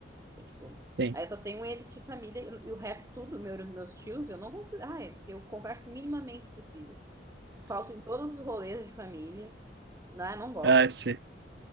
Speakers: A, on the right; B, on the right.
A: Então, tipo,
B: Sim.
A: aí eu só tenho eles de família e o resto tudo, meu, meus tios, eu não consigo. Ah, é, eu converso minimamente possível. Falto em todos os rolês de família. Ah, não gosto.
B: Ah, sim.